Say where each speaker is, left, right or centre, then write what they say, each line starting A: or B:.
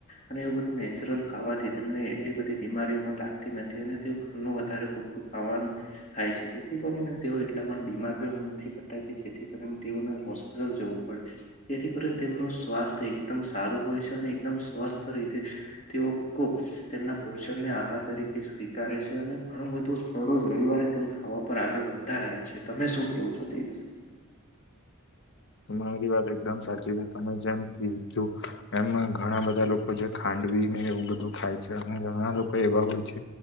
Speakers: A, on the left (about 35°); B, on the left (about 60°).
A: અને એવું બધું નેચરલ ખાવાથી તેમને એટલી બધી બીમારીઓ પણ લાગતી નથી અને તે ઘરનું વધારે તું ખાવાનું થાય છે, જેથી કરીને તેઓ એટલા પણ બીમારી નથી પડતા કે જેથી કરીને તેઓને હોસ્પિટલ જવું પડે જેથી કરીને તેમનું સ્વાસ્થ એકદમ સારું હોય છે, અને એકદમ સ્વસ્થ રીતે તેઓ ખૂબ તેમના ભોજનને આહાર તરીકે સ્વીકારે છે, અને ઘણું બધું દરરોજ રવિવારે તેઓ ખાવા પર આગળ વધતા રહેય છે, તમે શું કેવો છો તે વિશે?
B: તમારી વાત એકદમ સાચી છે, તમે જેમ કીધું એમ ઘણા બધા લોકો જે ખાંડવીને એવું બધું ખાય છે, અને ઘણા લોકો એવા હોય છે,